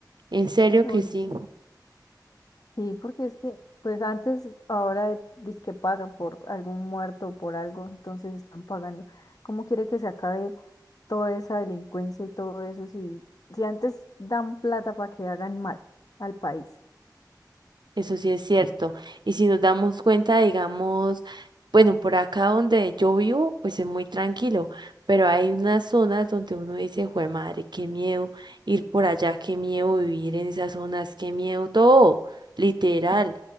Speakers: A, on the right; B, on the left.
A: En serio
B: Uy,
A: que sí.
B: sí. Sí, porque es que, pues antes, ahora dice que pagan por algún muerto o por algo, entonces están pagando. ¿Cómo quiere que se acabe toda esa delincuencia y todo eso si, si antes dan plata para que hagan mal al país?
A: Eso sí es cierto. Y si nos damos cuenta, digamos, bueno, por acá donde yo vivo, pues es muy tranquilo, pero hay unas zonas donde uno dice, jue madre, qué miedo ir por allá, qué miedo vivir en esas zonas, qué miedo todo, literal,
B: Mm.